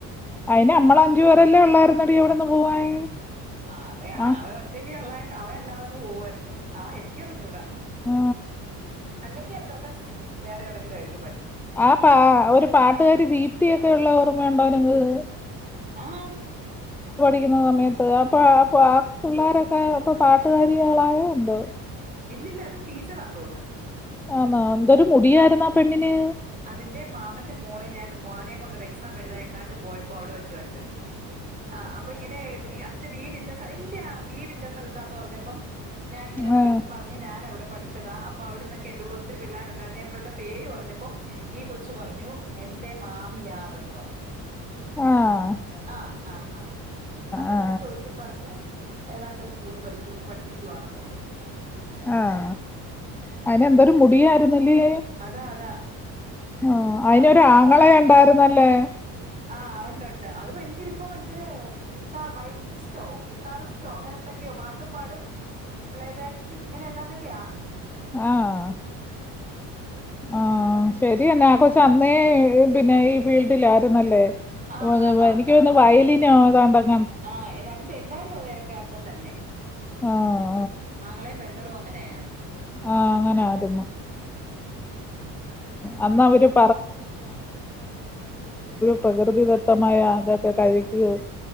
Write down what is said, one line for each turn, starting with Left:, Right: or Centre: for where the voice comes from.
Centre: അയിന് നമ്മള അഞ്ചുപേരെല്ലേ ഉള്ളായിരുന്ന അടി എവിടന്ന് പോവാൻ
Right: ആഹ് അവ
Centre: ആ
Right: അവയെ ഒറ്റ <unintelligible> ഉള്ളായിണ്ട് അവ അല്ലാെങ് പോവുയിരുന്നു ആഹ് എനിക്കിറിഞ്ഞൂടാ.
Centre: ആ
Right: അല്ലെങ്കിൽ അത്ര ടേസ് വേറെ എവിയെങ്കിലും ആയിരി
Centre: ആഹ് പാ ഒരു പാട്ടുകാരി ദീപ്തിയൊക്കെ ഉള്ള ഓർമ്മ ഉണ്ടോ നിങ്ങൾക്ക്.
Right: ആഹ്
Centre: ക്കുന്നു സമയത്ത്. അപ്പൊ <unintelligible> ആ പിള്ളോരൊക്കെ. ഇപ്പൊ പാട്ടുകാരികൾ ആയോ എന്തോ.
Right: ഇല്ലില്ല അത് ടീച്ചറിയന്നേ തോന്നുന്നു.
Centre: ആണോ എന്തോരു മുടിയായിരുന്നു
Right: അ-
Centre: ആ പെണ്ണിന്.
Right: അതിന്റെ മാമന്റെ മോളെ ഞാൻ മോനെയയും കൊണ്ട് ഒരു എക്സാം എഴുതാൻ എങ്ങാണ്ട് പോയപ്പോ അവിടെ വച്ച് കണ്ട്. ആ അപ്പൊ ഇങ്ങനെ അതിന്റെ വീട് ഇനെ സ്ഥല ഇല്ല വീ ഇനെ സ്ഥലത്താന്ന് പറഞ്ഞപ്പോ. ഞാൻ ഇങ്ങനെ പഠിച്ച
Centre: ആ
Right: പറഞ്ഞ് ഞാൻ അവിടെ. പഠിച്ചതാ അപ്പൊ അവിടന്നൊക്കെ എന്റെ കൂടെ ഒത്തിരി പിള്ളേരുണ്ടായിരുന്നു ഞാൻ ഇവരുടെ പേര് പറഞ്ഞപ്പോ. ഈ കൊച്ചു പറഞ്ഞു എന്റെ മാമിയാ അത് പറഞ്ഞു.
Centre: ആ
Right: ആഹ് ആഹ് ആഹ് അപ്പൊ
Centre: ആ
Right: ഞാൻ ചോദിച്ചുപ്പോ പറഞ്ഞ് ഏതാണ്ടൊരു സ്കൂളിൽ പഠിക്കു പഠിപ്പിക്കുകവാണെന്ന് പറഞ്ഞു. ഉം
Centre: ആഹ് അയിന് എന്തൊരു മുടിയായിരുന്നല്ലേ.
Right: അതാ അതാ
Centre: ആ അയിനൊരു
Right: പിന്നെ
Centre: ആങ്ങള്
Right: കൊറച്ച്
Centre: ഉണ്ടായിരുന്നല്ലേ.
Right: ആഹ് ഒണ്ട് ഒണ്ട്. ട്ട് അത് ഭയങ്കര ഇപ്പൊ ഭയങ്കര. ഗിറ്റാർ വയലിനിസ്‌റ്റോ ഗിറ്റാരിസ്റ്റോ അങ്ങനെ എന്തൊക്കെയോ പാട്ടും പാടും. പ്ലേ ബാക്ക് സിംഗ് ഇങ്ങനെ ഏതാണ്ട ക്കയാ
Centre: ആഹ് ആഹ് ശരി തന്നെ ആ കൊച്ചു അന്നേ പിന്നെ ഈ ഫീൽഡിൽ ആയിരുന്നല്ലേ.
Right: ആന്ന്
Centre: ഓ അതുപോലെ
Right: ആന്ന് ആന്ന്
Centre: എനിക്ക് തോന്നുന്നു വയലി <unintelligible>
Right: ആഹ് രണ്ട് എല്ലാരും അതുതന്നെ. കേക്ക് തന്നെ.
Centre: ആഹ്
Right: ആങ്ങളയും പെങ്ങളും അങ്ങ <unintelligible>
Centre: ആ ങ്ങനെ ആയിരുന്നു.
Right: പിന്നെ
Centre: അന്ന് <unintelligible> <unintelligible> പ്രകൃതി തതമായ <unintelligible>